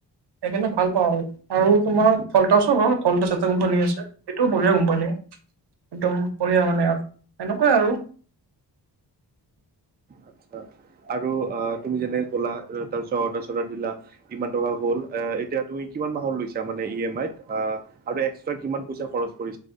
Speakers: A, on the right; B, on the right.
A: সেইকাৰণে ভাল পাওঁ আৰু আৰু তোমাৰ ফল্টাচো হয় ফল্টাছ এটা কোম্পানী আছে সেইটোও বঢ়িয়া কোম্পানী। একদম বঢ়িয়া মানে এনেকুৱাই আৰু।
B: আচ্ছা আৰু অ তুমি যেনেক ক'লা তাৰপিছত অৰ্ডাৰ চৰ্ডাৰ দিলা ইমান টকা বল আ এতিয়া তুমি কিমান মা কম লৈছা মানে ইয়েমাইত আ আৰু এক্সটা কিমান পইচা খৰচ কৰি